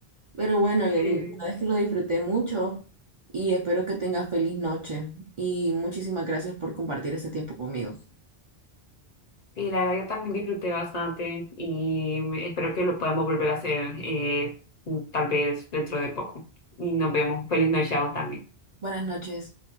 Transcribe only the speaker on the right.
Pero bueno, Lenny,
la verdad es que lo disfruté mucho y espero que tengas feliz noche y muchísimas gracias por compartir este tiempo conmigo.
Buenas noches.